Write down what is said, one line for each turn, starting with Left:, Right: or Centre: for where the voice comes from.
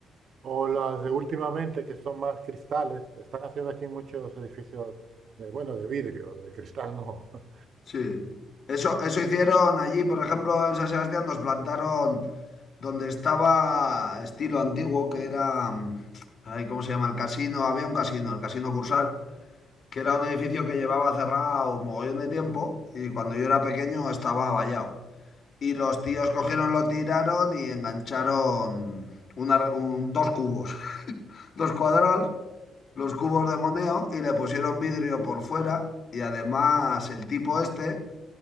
Right: o las de últimamente, que son más cristales. Están haciendo aquí muchos edificios, de, bueno, de vidrio, de cristal no. <laughs>
Left: Sí. Eso, eso hicieron allí, por ejemplo, en San Sebastián nos plantaron donde estaba estilo antiguo, que era, mm, ay, ¿cómo se llama? El casino, había un casino, el Casino Cursal, que era un edificio que llevaba cerrado un mogollón de tiempo y cuando yo era pequeño estaba vallado. Y los tíos cogieron, lo tiraron y engancharon una re- un- dos cubos, <laughs> dos cuadrados, los cubos de moneo y le pusieron vidrio por fuera y además el tipo este